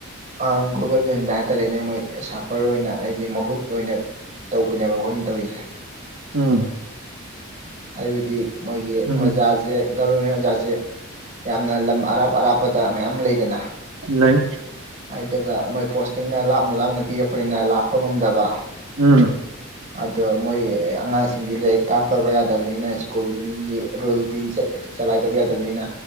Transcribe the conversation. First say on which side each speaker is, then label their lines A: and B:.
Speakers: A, on the right; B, on the right.
A: ꯑꯥ ꯒꯣꯕꯔꯃꯦꯟꯗꯥ ꯍꯥꯏꯇꯥꯔꯦꯅꯦ ꯃꯣꯏ ꯁꯥꯐꯔ ꯑꯣꯏꯅ ꯍꯥꯏꯗꯤ ꯃꯍꯨꯠ ꯑꯣꯏꯅ ꯇꯧꯕꯅꯦꯕ ꯑꯩꯈꯣꯏꯅ ꯇꯧꯔꯤꯁꯦ
B: ꯎꯝ
A: ꯍꯥꯏꯕꯗꯤ ꯃꯣꯏꯒꯤ
B: ꯎꯝ
A: ꯑꯣꯖꯥꯁꯦ ꯒꯕꯔꯃꯦꯟ ꯑꯣꯖꯥꯁꯦ ꯌꯥꯝꯅ ꯂꯝ ꯑꯔꯥꯞ ꯑꯔꯥꯞꯄꯗꯥ ꯃꯌꯥꯝ ꯂꯩꯗꯅ
B: ꯂꯩ
A: ꯍꯥꯏꯗꯨꯒꯥ ꯃꯣꯏ ꯄꯣꯁꯇꯤꯡꯅ ꯂꯥꯞꯅ ꯂꯥꯞꯅ ꯄꯤꯔꯛꯄꯅꯤꯅ ꯂꯥꯛꯄ ꯉꯝꯗꯥꯕ
B: ꯎꯝ
A: ꯑꯗꯣ ꯃꯣꯏ ꯑꯉꯥꯡꯁꯤꯡꯗꯤ ꯂꯥꯏꯔꯤꯛ ꯇꯥꯛꯇꯥꯕ ꯌꯥꯗꯕꯅꯤꯅ ꯁ꯭ꯀꯨꯜꯒꯤ ꯔꯨꯜꯗꯤ ꯆꯂꯥꯏꯗꯥꯕ ꯌꯥꯗꯕꯅꯤꯅ